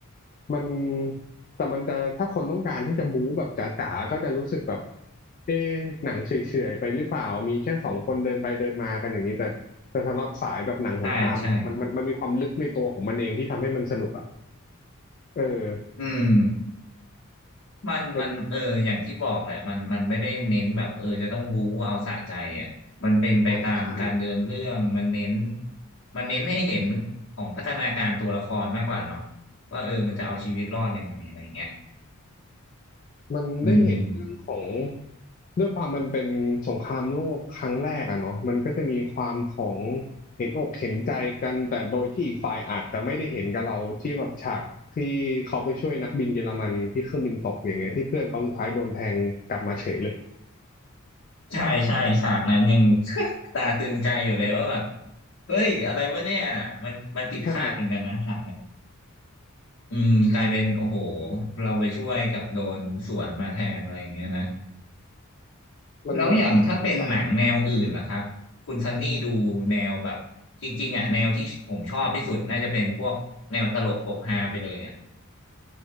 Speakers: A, on the left; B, on the left.
A: มันแต่มันจะถ้าคนต้องการที่จะบู๊แบบจ๋าๆก็จะรู้สึกแบบเอ๊ะหนังเฉยๆไปหรือเปล่ามีแค่สองคนเดินไปเดินมากันอย่างนี้แต่แต่สำหรับสายแบบหนังสงครามมันมันมันมีความลึกในตัวของมันเองที่ทำให้มันสนุกอ่ะ
B: ใช่ใช่
A: เออ
B: อืม มันมันเอออย่างที่บอกแหละมันมันไม่ได้เน้นแบบเออจะต้องบู๊เอาสะใจอ่ะมันเป็นไปตามการเดินเรื่องมันเน้น
A: เป็นใช่ใช่
B: มันเน้นให้เห็นของพัฒนาการตัวละครมากกว่าเนาะว่าเออมันจะเอาชีวิตรอดยังไงอะไรเงี้ย
A: มันได้เห็นเรื่องของ
B: อืม
A: ด้วยความมันเป็นสงครามโลกครั้งแรกอะเนาะมันก็จะมีความของเห็นอกเห็นใจกันแต่โดยที่อีกฝ่ายอาจจะไม่ได้เห็นกับเราที่แบบฉากที่เขาไปช่วยนักบินเยอรมันที่เครื่องบินตกอย่างเงี้ยที่เพื่อนเขาสุดท้ายโดนแทงกลับมาเฉยเลย
B: ใช่ใช่ฉากนั้นยัง <laughs> ตาตึงใจอยู่เลยว่าแบบเฮ้ยอะไรวะเนี่ยมันมันผิดคาดเหมือนกันนะฉากเนี่ย
A: ใช่
B: อืมกลายเป็นโอ้โหเราไปช่วยกับโดนสวนมาแทนอะไรอย่างเงี้ยนะ
A: มันแบบน่าสงสารนะ
B: แล้วอย่างถ้าเป็นหนังแนวอื่นล่ะครับคุณซันนี่ดูแนวแบบจริงๆอ่ะแนวที่ผมชอบที่สุดน่าจะเป็นพวกแนวตลกปกฮาไปเลยอ่ะ